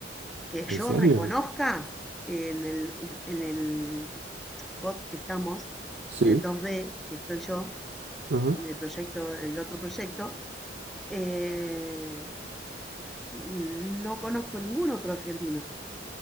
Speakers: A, in the centre; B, on the right.
A: que yo
B: ¿en serio?
A: reconozca en el, en el pod que estamos,
B: Sí.
A: en el 2B, que estoy yo,
B: Ajá.
A: con el proyecto, el otro proyecto, eh, no conozco ningún otro argentino.